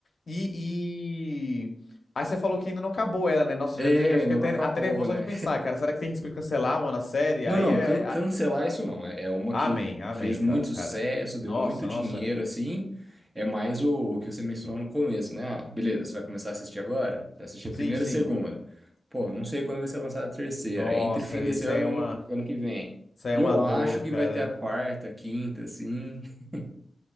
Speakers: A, on the left (about 55°); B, on the right (about 20°).
A: E, e... Aí você falou que ainda não acabou ela, né? Nossa,
B: É,
A: já, já
B: ainda
A: fiquei até,
B: não acabou,
A: até nervoso
B: né?
A: só de pensar, cara. Será que tem risco de cancelar, mano, a série?
B: Não,
A: Aí
B: não,
A: é...
B: can-
A: é-
B: cancelar isso não. É, é uma
A: Amém,
B: que
A: amém,
B: fez muito
A: ca-
B: sucesso,
A: cara.
B: deu
A: Nossa,
B: muito dinheiro,
A: nossa.
B: assim. É mais o, o que você mencionou no começo, né? Ah, beleza, você vai começar a assistir agora? Você vai assistir a
A: Sim,
B: primeira
A: sim.
B: e a segunda. Pô, não sei quando vai ser lançada a terceira.
A: Nossa,
B: É entre fim desse
A: isso
B: ano
A: aí é
B: e
A: uma...
B: ano, ano que vem.
A: Isso aí
B: E
A: é uma
B: eu
A: dor,
B: acho que
A: cara.
B: vai ter a quarta, quinta, assim. <laughs>